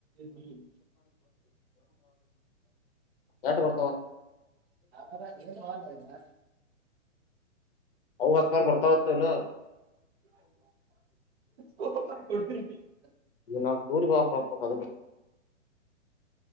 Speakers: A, on the right (about 55°); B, on the left (about 45°).
A: ನೀ <unintelligible>
B: ಎಟ ಬರ್ತ
A: ಹ ಏನ ಮಾಡ <unintelligible>
B: ಅವ್ಹತ್ಮಾರ್ ಬರ್ತಾವತ್ತು ಎಲ್ಲ
A: ಸ್ ತಪ ಕೊತ <unintelligible>
B: ಇವಾಗ್ ನಾವ್ ಟೂರಿಗೆ ಕಲ್ಸ್ಬೇಕು ಅದುಕ್ಕೆ